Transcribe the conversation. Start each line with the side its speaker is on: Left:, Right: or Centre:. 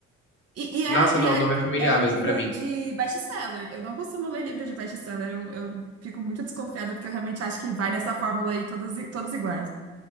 Right: E, e é,
Left: Nossa,
Right: e
Left: não,
Right: é,
Left: o nome é familiar
Right: é livro
Left: mesmo pra mim.
Right: de best-seller. Eu não costumo ler livro de best-seller. Eu, eu fico muito desconfiada, porque eu realmente acho que vai nessa fórmula aí, todos, i- todos iguais.